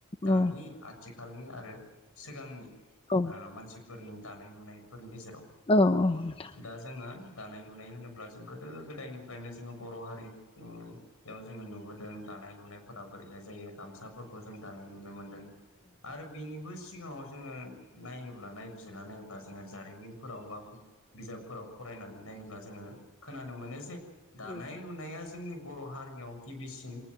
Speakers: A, on the left; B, on the left.
A: दानि
B: औ
A: आथिखालनि आरो सिगांनि
B: औ
A: मानसिफोरनि दानाय लुनायफोरनि गेजेराव
B: औ औ नोंथां
A: दा जोङो दानाय लुनाय होनोब्ला जों गोदो गोदायनिफ्रायनो जोङो बर' हारिमु बेयाव जोङो नुबोदों दानाय लुनायफोराहाय बोरैहाय जायो गामसाफोरखौ जों दानो लुनो मोनदों आरो बिनिबो सिगाङाव जोङो नायोब्ला नायबिजिरना नायोब्ला जोङो जारिमिनफोराव बा बिजाबफोराव फरायनानै नायोब्ला जोङो खोनानो मोनो जे
B: नोंथां
A: दानाय लुनाया जोंनि बर' हारियाव गिबिसिन